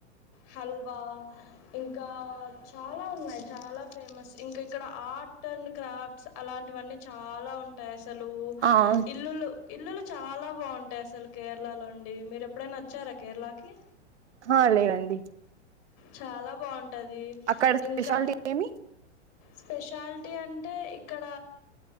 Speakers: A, on the left (about 45°); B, on the right (about 75°).
A: హల్వా ఇంకా ఇంకా చాలా ఉన్నాయి చాలా ఫేమస్ ఇంకా ఇక్కడ ఆర్ట్ అండ్ క్రాఫ్ట్స్ అలాంటివన్నీ చాలా ఉంటాయి అసలు
B: ఆ
A: ఇల్లులు ఇల్లులు చాలా బాగుంటాయి అసలు కేరళలోండి మీరు ఎప్పుడైన వచ్చారా కేరళకి
B: ఆ లేదండి
A: చాలా బాగుం టది
B: అక్కడ స్పెషాలిటీ
A: ఇంకా
B: ఏమి
A: స్పెషాలిటీ అంటే ఇక్కడ